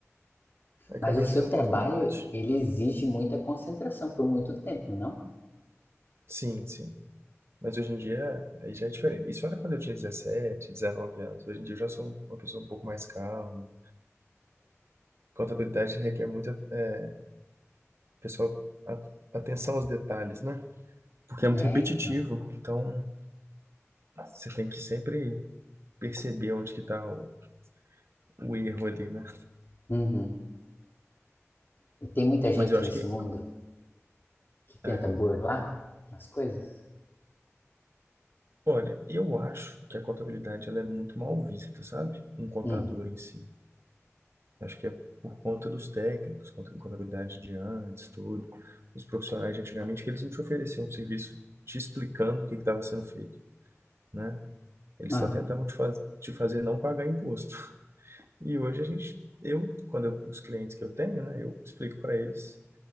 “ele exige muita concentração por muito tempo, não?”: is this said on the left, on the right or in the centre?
Left